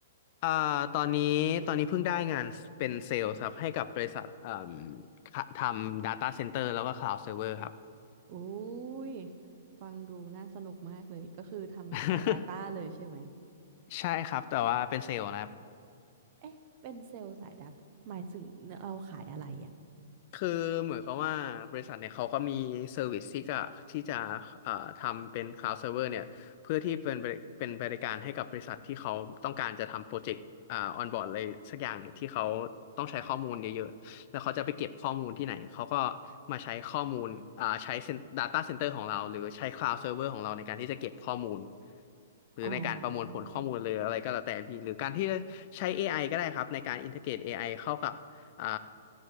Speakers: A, on the left; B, on the right.
A: อ่าตอนนี้ตอนนี้เพิ่งได้งานเป็นเซลล์ครับให้กับบริษัทเอ่มค่ะทำ Data Center แล้วก็ Cloud Server ครับ
B: อุ้ยฟังดูน่าสนุกมากเลย ก็คือทำสาย
A: <laughs>
B: Data เลยใช่ไหม
A: ใช่ครับแต่ว่าเป็นเซลล์นะ
B: เอ๊ะเป็นเซลล์สาย Data หมายถึงเราขายอะไรอ่ะ
A: คือเหมือนกับว่าบริษัทเนี่ยเขาก็มีเซอร์วิสที่ก็ที่จะเอ่อทำเป็น cloud server เนี่ยเพื่อที่เป็นบริเป็นบริการให้กับบริษัทที่เขาต้องการจะทำโปรเจกต์อ่าออนบอร์ดอะไรสักอย่างเนี่ยที่เขาต้องใช้ข้อมูลเยอะๆแล้วเขาจะไปเก็บข้อมูลที่ไหนเขาก็มาใช้ข้อมูลอ่าใช้ cen- data center ของเราหรือใช้ cloud server ของเราในการที่จะเก็บข้อมูลหรือในการประมวลผลข้อมูลเลยออะไรก็แล้วแต่พี่หรือการที่จะใช้
B: อ๋อ
A: a อไอก็ได้ครับในการ integrate a อไอเข้ากับ อ่า